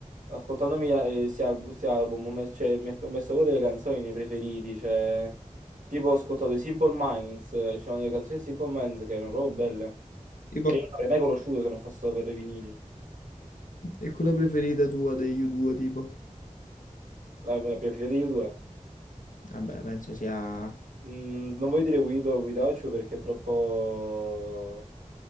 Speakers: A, on the right; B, on the left.
A: ascoltandomi eh, questi album, sti album, ho messo, cioè, met- ho messo proprio delle canzoni nei preferiti, cioè, tipo ho ascoltato i Simple Minds, eh, c'erano delle canzoni di Simple Minds che erano proprio belle,
B: Tipo,
A: che io non avrei mai conosciuto se non fosse stato per i vinili,
B: e quella preferita tua degli U2, tipo?
A: la, la preferita di U2.
B: Vabbè, penso sia...
A: Mm, non voglio dire Guido o Guidaucio perché è troppo...